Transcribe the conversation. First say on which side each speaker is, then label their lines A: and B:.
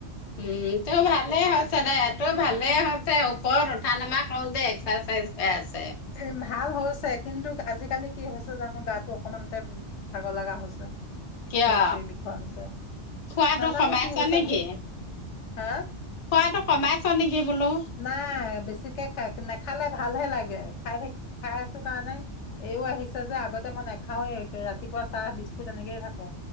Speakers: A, on the left; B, on the left.
A: উম, তোৰ ভালেই হৈছে দে, তোৰ ভালে হৈছে। ওপৰত উঠা নমা কৰোঁতে এক্স <unintelligible>
B: <unintelligible> ভাল হৈছে কিন্তু <unintelligible> আজিকালি কি হৈছে জানো গাটো অকমানতে ভাগৰ লাগা হৈছে।
A: কিয়
B: ভৰি চৰি বিষোৱা হৈছে
A: খোৱাটো
B: নাজানো
A: কমাইছা
B: কি হৈছে
A: নেকি?
B: হা?
A: খোৱাতটো কমাইছ নেকি বোলো?
B: নাই বেছিকে খাই নেখালে ভাল হে লাগে। খাই থাক - খাই আছো কাৰণে, এইও আহিছে যে আগতে মই নাখাওৱে ৰাতিপুৱা চাহ বিস্কুট এনেকেই থাকো।